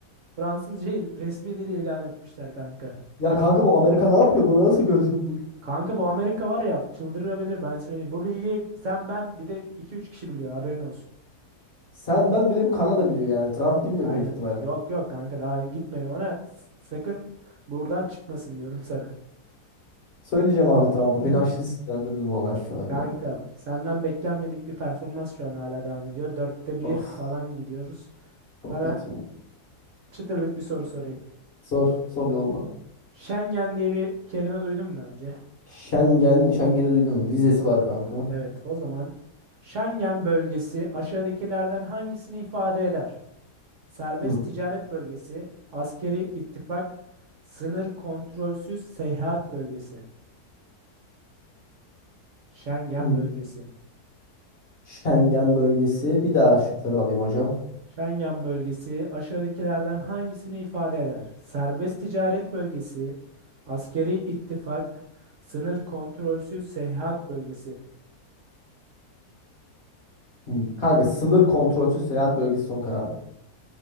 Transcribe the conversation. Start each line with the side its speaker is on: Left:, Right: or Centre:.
Right: Fransızca il- resmi dil ilan etmişler kanka.
Left: Ya kanka bu Amerika ne yapıyor? Buna nasıl göz yummuş?
Right: Kanka bu Amerika var ya çıldırabilir ben söyleyeyim. Bu bilgiyi sen ben bir de iki üç kişi biliyor haberin olsun.
Left: Sen ben bir de bu Kanada biliyor yani. Trump bilmiyor
Right: Aynen.
Left: büyük ihtimal.
Right: Yok yok kanka daha gitmedi ona. S- Sakın buradan çıkmasın diyorum sana.
Left: Söyleyeceğim abi Trump'a.
Right: <laughs>
Left: Beni aşırı sinirlendirdi bu olay şu an ya.
Right: Kanka senden beklenmedik bir performans şu an hala devam ediyor. Dörtte bir
Left: Of
Right: falan gidiyoruz.
Left: çok
Right: Sana
Left: kötüyüm.
Right: çıtırlık bir soru sorayım.
Left: Sor sor yolla.
Right: Schengen diye bir kelime duydun mu daha önce?
Left: Schengen Schengen'i duydum. Vizesi var kanka.
Right: Evet, o zaman Schengen bölgesi aşağıdakilerden hangisini ifade eder? Serbest
Left: Hı.
Right: ticaret bölgesi, askeri ittifak, sınır kontrolsüz seyahat bölgesi. Schengen
Left: Hı.
Right: bölgesi.
Left: Schengen bölgesi. Bir daha şıkları alayım hocam.
Right: Schengen bölgesi aşağıdakilerden hangisini ifade eder? Serbest ticaret bölgesi, askeri ittifak, sınır kontrolsüz seyahat bölgesi.
Left: Hı. Kanka sınır kontrolsüz seyahat bölgesi son kararım.